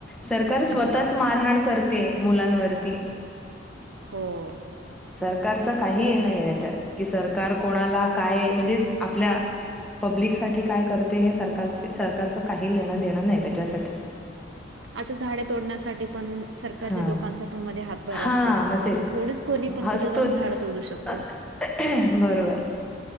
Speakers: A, in the centre; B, on the right.
A: सरकार स्वतःच
B: बरोबर आहे
A: मारहाण करते मुलांवरती
B: हो
A: सरकारचा काहीही
B: बरोबर
A: नाही
B: आहे
A: हेच्यात कि सरकार कोणाला काय म्हणजे आपल्या
B: <inaudible>
A: पब्लिकसाठी काय करते हे सरकार सरकारचं काही लेणं देणं नाही त्याच्यासाठी
B: आता झाडे तोडण्यासाठी पण सरकारच्या
A: हा
B: लोकांचा पण मध्ये हातभार
A: हा
B: असतोच
A: मग
B: ना
A: तेच
B: असं थोडंच कोणी पण
A: असतोच
B: कुठे जाऊन झाडं तोडू शकतो
A: बरोबर.